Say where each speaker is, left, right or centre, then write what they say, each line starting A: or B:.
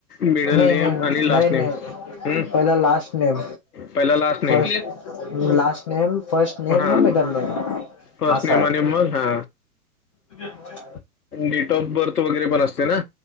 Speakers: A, on the left; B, on the left.
A: मिडल
B: नाही
A: नेम
B: नाही
A: आणि लास्ट
B: नाही नाही
A: नेम हम्
B: पहिला लास्ट नेम
A: पहिला last name
B: first last name, first name,
A: हा
B: म मिडल नेम
A: फर्स्ट
B: असाय
A: नेम आणि मग हा
B: <unintelligible>
A: डेट ऑफ बर्थ वगैरे पण असतयं ना?